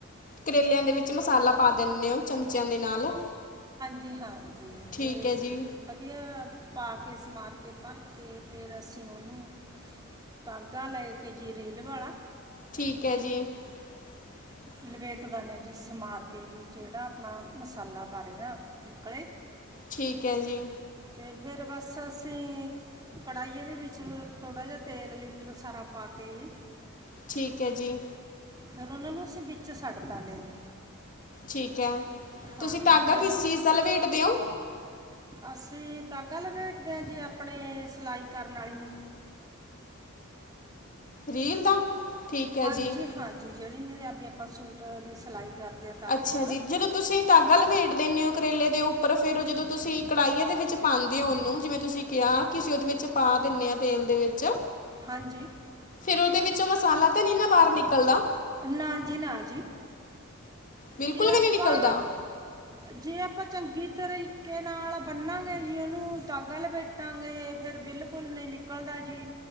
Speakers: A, on the left; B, on the right.
A: ਕਰੇਲਿਆਂ ਦੇ ਵਿੱਚ ਮਸਾਲਾ ਪਾ ਦੀਨੇ ਹੋ ਚਮਚਿਆਂ ਦੇ ਨਾਲ
B: ਜੀ ਹਾਂਜੀ ਅਤੇ
A: ਠੀਕ ਹੈ ਜੀ
B: ਵਧੀਆ ਪਾ ਕੇ ਸਮਾਨ ਕੇ ਭਰ ਕੇ ਫੇਰ ਅਸੀਂ ਉਹਨੂੰ ਧਾਗਾ ਲੈ ਕੇ ਜੀ ਰੇਲ ਵਾਲਾ
A: ਠੀਕ ਹੈ ਜੀ <inaudible>
B: ਲਵੇਟਦਾਨ ਜੀ ਸਮਾਰ ਕੇ ਵੀ ਜਿਹੜਾ ਆਪਣਾ ਮਸਾਲਾ ਬਾਰੇ ਦਾ ਨਿਕਲੇ
A: ਠੀਕ ਹੈ ਜੀ
B: ਤੇ ਫਿਰ ਬਸ ਅਸੀਂ ਕੜਾਹੀਏ ਦੇ ਵਿੱਚ ਥੋੜ੍ਹਾ ਜਿਹਾ ਤੇਲ ਲੀਟਰ ਸਾਰਾ ਪਾ ਕੇ ਜੀ
A: ਠੀਕ ਹੈ ਜੀ
B: ਫਿਰ ਉਹਨਾਂ ਨੂੰ ਅਸੀਂ ਵਿੱਚ ਛੱਡ ਦਦੇ ਜੀ
A: ਠੀਕ ਹੈ
B: ਹਾਂ
A: ਤੁਸੀਂ ਤਾਗਾ
B: ਫਿਰ
A: ਕਿਸ ਚੀਜ਼ ਦਾ ਲਵੇੇਟ ਦਿਓ
B: ਅਸੀਂ ਤਾਂਗਾ ਲਬੇਟਦੇ ਹਾਂ ਜੀ ਆਪਣੇ ਸਿਲਾਈ ਕਰਨ ਵਾਲੀ ਨੂੰ
A: ਰੀਲ ਦਾ ਠੀਕ ਹੈ
B: ਹਾਂਜੀ
A: ਜੀ
B: ਹਾਂਜੀ ਜਿਹੜੀ ਮੇਰੇ ਆਪ ਆਪਾਂ ਸੂਟ ਦੀ ਸਿਲਾਈ ਕਰਦੇ ਆ ਤਾਗੇ
A: ਅੱਛਾ
B: ਨਾਲ
A: ਜੀ ਜਦੋਂ ਤੁਸੀਂ ਧਾਗਾ ਲਵੇੇੜ ਦਿੰਦੇ ਹੋ ਕਰੇਲੇ ਦੇ ਉੱਪਰ ਫੇਰ ਜਦੋਂ ਤੁਸੀਂ ਕੜਾਹੀਆਂ ਦੇ ਵਿੱਚ ਪਾਉਂਦੇ ਹੋ ਉਹਨੂੰ ਜਿਵੇਂ ਤੁਸੀਂ ਕਿਹਾ ਕਿਂ ਉਹਦੇ ਵਿੱਚ ਪਾ ਦਿੰਦੇ ਹਾਂ ਤੇਲ ਦੇ ਵਿੱਚ
B: ਹਾਂਜੀ
A: ਫਿਰ ਉਹਦੇ ਵਿੱਚੋਂ ਮਸਾਲਾ ਤਾਂ ਨਹੀਂੀ ਨਾ ਬਾਹਰ ਨਿਕਲਦਾ
B: ਨਾ ਜੀ ਨਾ ਜੀ
A: ਬਿਲਕੁਲ
B: ਜੇ ਆਪਾਂ
A: ਵੀ ਨਹੀਂ ਨਿਕਲਦਾ
B: ਜੇ ਆਪਾਂ ਚੰਗੀ ਤਰੀਕੇ ਨਾਲ ਬੰਨਾਂਗੇ ਜੀ ਉਹਨੂੰ ਤਾਂਗ ਲਪੇਟਾਂਗੇ ਫੇਿਰ ਬਿਲਕੁਲ ਨਹੀਂ ਨਿਕਲਦਾ ਜੀ